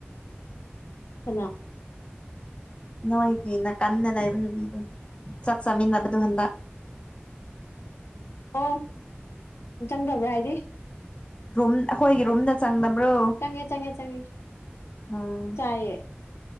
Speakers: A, on the left (about 85°); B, on the left (about 25°).
A: ꯀꯅꯥ
B: ꯅꯣꯏꯒꯤ ꯅꯀꯟꯗ ꯂꯩꯕ ꯅꯨꯄꯤꯗꯨ ꯆꯥꯛ ꯆꯥꯃꯤꯟꯅꯕꯗꯨ ꯍꯟꯗꯛ <inaudible>
A: ꯑꯣ ꯆꯪꯗꯕ꯭ꯔꯥ ꯍꯥꯏꯗꯤ
B: ꯔꯨꯝ ꯑꯩꯈꯣꯏꯒꯤ ꯔꯨꯝꯗ ꯆꯪꯗꯕ ꯕ꯭ꯔꯣ
A: ꯆꯪꯉꯦ ꯆꯪꯉꯦ ꯆꯪꯉꯦ
B: ꯎꯝ
A: ꯆꯥꯏꯌꯦ